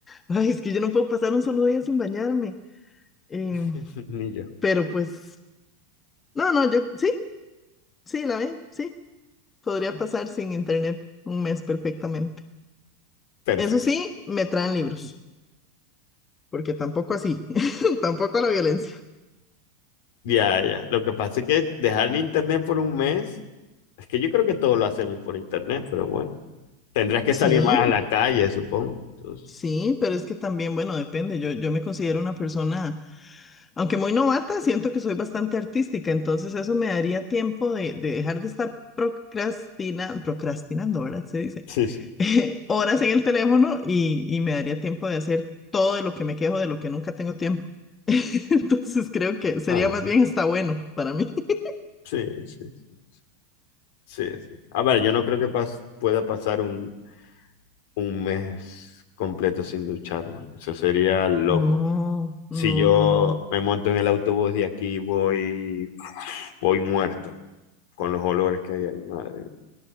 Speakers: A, on the left; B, on the left.
A: Ay, es que yo no puedo pasar un solo día sin bañarme. Em,
B: <laughs> Ni yo.
A: pero pues, no, no, yo sí, sí, la ve, sí. Podría pasar sin internet un mes perfectamente.
B: Perfecto.
A: Eso sí, me traen libros, porque tampoco así, <laughs> tampoco la violencia.
B: Ya, ya. Lo que pasa es que dejar el internet por un mes, es que yo creo que todos lo hacemos por internet, pero bueno, tendrás que
A: Sí.
B: salir más a la calle, supongo. Entonces,
A: Sí, pero es que también, bueno, depende. Yo, yo me considero una persona, aunque muy novata, siento que soy bastante artística, entonces eso me daría tiempo de, de dejar de estar procrastina, procrastinando, ¿verdad? Se dice,
B: sí, sí.
A: <laughs> horas en el teléfono y, y me daría tiempo de hacer todo de lo que me quejo, de lo que nunca tengo tiempo. <laughs> Entonces creo que sería
B: Ah,
A: más bien hasta bueno para mí. <laughs>
B: sí, sí, sí, sí, sí. A ver, yo no creo que pas- pueda pasar un, un mes completo sin ducharme. Eso sería loco.
A: No, no,
B: Si yo
A: no, no.
B: me monto en el autobús de aquí, voy, voy muerto con los olores que hay ahí, madre.